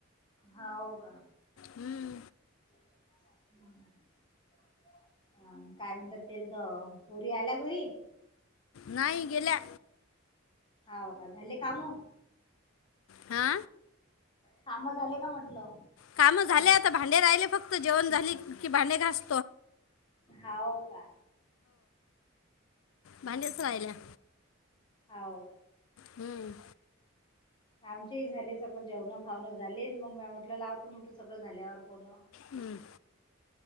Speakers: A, on the left (about 25°); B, on the left (about 75°).
A: हा हो का
B: हम्म
A: हम्म अ काय म्हणतात तेल त पोरी आयल्या घरी.
B: नाही गेल्या
A: हो का झाले काम.
B: हा
A: काम झाले का म्हटलं.
B: काम झाले आता भांडे राहिले फक्त जेवण झाली की भांडे घास
A: होव का
B: भांडीच राहिल्यात.
A: हो
B: हम
A: आमचीही झाले सगळं जेवण खाणं झाले मग म म्हटलं लावतो. म्हटलं सगळं झाल्यावर फोन.
B: हम्म